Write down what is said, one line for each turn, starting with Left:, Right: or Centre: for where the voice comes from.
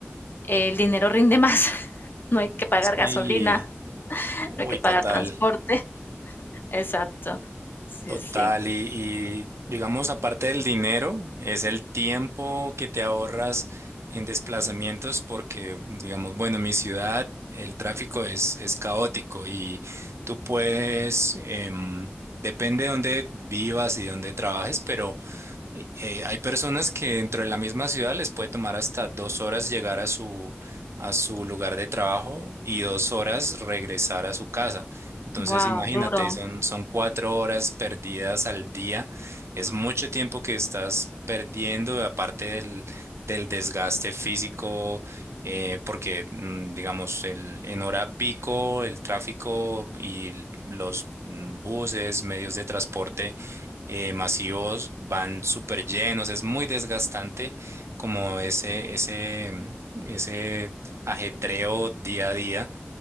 Left: el dinero rinde más, <laughs> no hay que pagar
Right: Sí,
Left: gasolina,
Right: uy,
Left: no hay que pagar
Right: total,
Left: transporte. <laughs> Exacto. Sí,
Right: Total,
Left: sí.
Right: y, y, digamos, aparte del dinero, es el tiempo que te ahorras en desplazamientos porque, digamos, bueno, en mi ciudad el tráfico es, es caótico y tú puedes, em, depende de dónde vivas y dónde trabajes, pero eh, hay personas que dentro de la misma ciudad les puede tomar hasta dos horas llegar a su, a su lugar de trabajo y dos horas regresar a su casa. Entonces,
Left: Wow,
Right: imagínate,
Left: duro.
Right: son, son cuatro horas perdidas al día. Es mucho tiempo que estás perdiendo, aparte del, del desgaste físico, eh, porque, mm, digamos, el, en hora pico, el tráfico y los mm, buses, medios de transporte eh, masivos van súper llenos, es muy desgastante como ese, ese, mm, ese ajetreo día a día